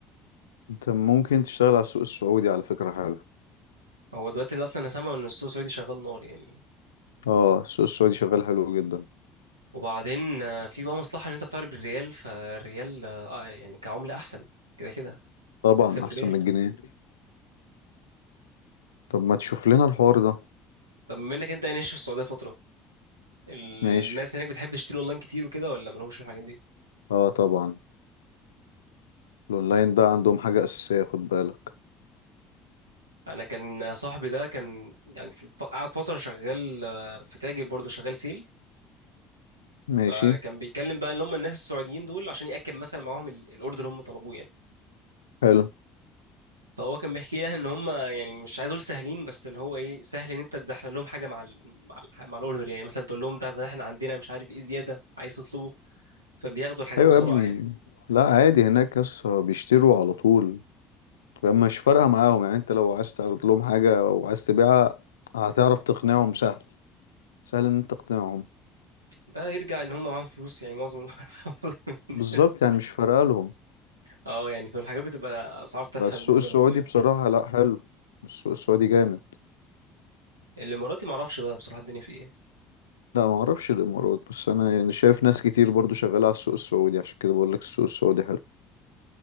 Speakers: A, on the left; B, on the right.
A: انت ممكن تشتغل على السوق السعودي على فكرة حلو
B: هو دلوقتي اللي اصلا انا سامع ان السوق السعودي شغال نار يعني
A: اه السوق السعودي شغال حلو جدا
B: وبعدين آه، في بقى مصلحه ان انت بتعرض بالريال فالريال آه، يعني كعمله احسن كده كده
A: طبعا
B: بتكسب
A: احسن
B: الريال
A: من الجنيه طب ما تشوف لنا الحوار ده
B: طب منك انت يعني عايش في السعوديه فتره الناس
A: ماشي
B: هناك بتحب تشتري اونلاين كتير وكده ولا مالهمش في الحاجات دي
A: اه طبعا الاونلاين ده عندهم حاجة أساسية خد بالك
B: انا كان صاحبي ده كان يعني في الف- قعد فتره شغال آه، في تاجر برضه شغال سيل
A: ماشي
B: فكان بيتكلم بقى ان هم الناس السعوديين دول عشان ياكد مثلا معاهم ال- الاوردر اللي هم طلبوه يعني
A: حلو
B: فهو كان بيحكي يعني ان هم يعني مش عايز اقول سهلين بس اللي هو ايه سهل ان انت تزحلق لهم حاجه مع ال... مع, ال... مع الاوردر يعني مثلا تقول لهم ده ده احنا عندنا مش عارف ايه زياده عايز تطلبه فبياخدوا الحاجات
A: ايوه
B: بسرعه
A: يا ابني
B: يعني
A: لا عادي هناك يس بيشتروا على طول فما مش فارقة معاهم يعني انت لو عايز تعرض لهم حاجة او عايز تبيعها هتعرف تقنعهم سهل سهل ان انت تقنعهم
B: ده يرجع ان هم معاهم فلوس يعني معظم ال- <laughs> معظم الناس
A: بالظبط يعني مش فارقة لهم
B: اه يعني فالحاجات بتبقى اسعار تافهه
A: بس السوق
B: بالنسبه
A: السعودي
B: لهم يعني
A: بصراحة لا حلو السوق السعودي جامد
B: الاماراتي معرفش بقى بصراحه الدنيا فيه ايه
A: لا ما اعرفش الامارات بس انا يعني شايف ناس كتير برضو شغالة على السوق السعودي عشان كده بقول لك السوق السعودي حلو